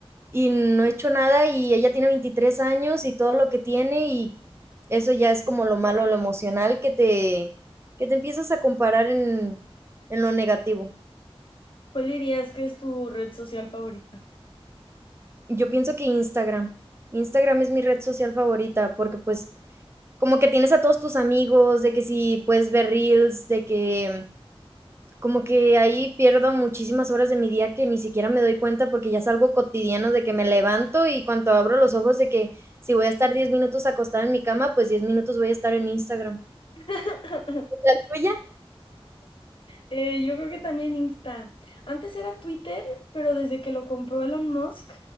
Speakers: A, on the right; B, on the left.
A: y no he hecho nada y ella tiene 23 años y todo lo que tiene y eso ya es como lo malo, lo emocional que te, que te empiezas a comparar en, en lo negativo.
B: ¿Cuál dirías que es tu red social favorita?
A: Yo pienso que Instagram, Instagram es mi red social favorita porque pues como que tienes a todos tus amigos, de que si puedes ver reels, de que como que ahí pierdo muchísimas horas de mi día que ni siquiera me doy cuenta porque ya es algo cotidiano de que me levanto y cuando abro los ojos de que si voy a estar 10 minutos acostada en mi cama, pues 10 minutos voy a estar en Instagram.
B: <laughs>
A: ¿La tuya?
B: Eh, yo creo que también Insta. Antes era Twitter, pero desde que lo compró Elon Musk,